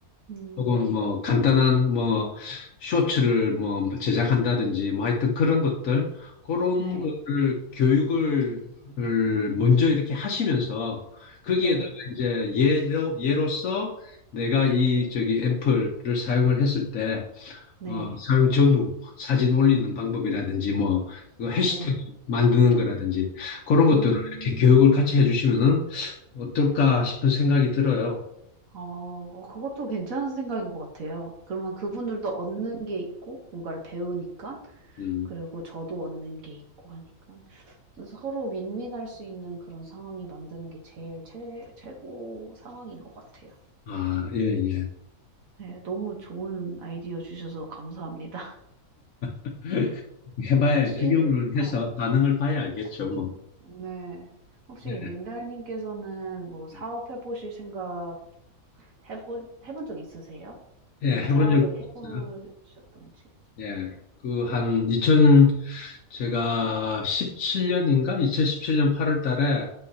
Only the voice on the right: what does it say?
음.
네.
네.
네.
네.
음.
어. 어 그것도 괜찮은 생각인 것 같아요. 그러면 그분들도 얻는 게 있고 뭔가를 배우니깐
그리고 저도 얻는 게 있고 하니깐 또 서로 윈윈할 수 있는 그런 상황이 만드는 게 제일 최 최고 상황인 것 같아요.
네. 너무 좋은 아이디어 주셔서 감사합니다. <laughs>
혹시
어
네. 혹시
린달님께서는 뭐 사업해
보실 생각 해볼 해본 적 있으세요?
아니면
사업을
해
보셨던지?